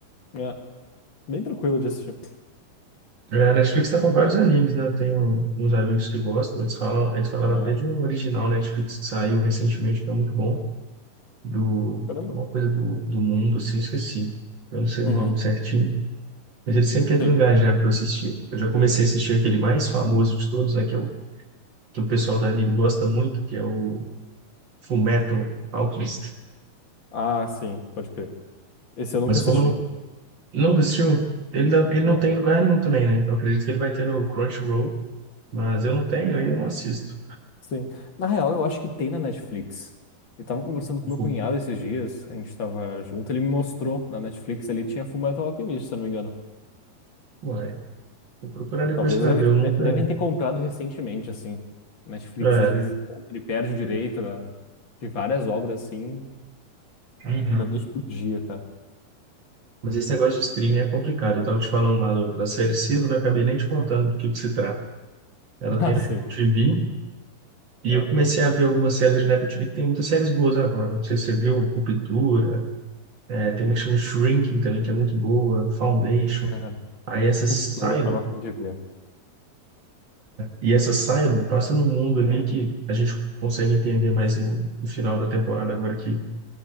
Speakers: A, on the left; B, on the right.
A: É, bem tranquilo de assistir.
B: É, A Netflix tá com vários animes, né? Tem um- uns amigos que gostam, eles falam, eles falaram
A: É.
B: até de um original Netflix que saiu recentemente, que é muito bom, do,
A: Caramba.
B: alguma coisa do, do mundo, assim, eu esqueci. Eu não sei o
A: Uhum.
B: nome certinho, mas eles sempre tentam
A: Sim.
B: engajar para assistir. Eu já comecei a assistir aquele mais famoso de todos, né? Que, é o, que o pessoal da anime gosta muito, que é o Fullmetal Alchemist.
A: Ah, sim, pode crer. Esse eu nunca
B: Mas
A: assisti.
B: como não, não assistiu, ele, dá- ele não
A: Não.
B: tem em lugar nenhum também, né? Eu acredito que ele vai ter no Crunchyroll, mas eu não tenho, aí eu não assisto.
A: Sim. Na real, eu acho que tem na Netflix. Eu tava conversando com
B: Eu falo,
A: meu cunhado esses dias, a gente tava junto, ele me mostrou na Netflix, ele tinha Fullmetal Alchemist, se eu não me engano.
B: Ué, Vou procurar depois
A: Talvez
B: para
A: deve,
B: ver, eu
A: de-
B: nunca.
A: devem ter comprado recentemente, assim. Netflix
B: É.
A: às vezes compra e perde o direito da- de várias obras, assim,
B: Uhum.
A: da noite pro dia, cara. <laughs>
B: Mas esse negócio de streaming é complicado. Eu estava te falando lá do- da série Silo, né? Acabei nem te contando do que que se trata. Ela tem
A: Ah,
B: na
A: sim.
B: Apple TV e eu comecei a ver algumas séries ali na Apple TV que tem muitas séries boas agora. Não sei se você viu Ruptura, é, tem uma que chama Shrinking também, que é muito boa, Foundation.
A: Cara,
B: Aí essa
A: Ruptura,
B: Silo,
A: eu tava a fim de ver.
B: e essa Silo passa num mundo ali que a gente consegue entender mais no, no final da temporada agora que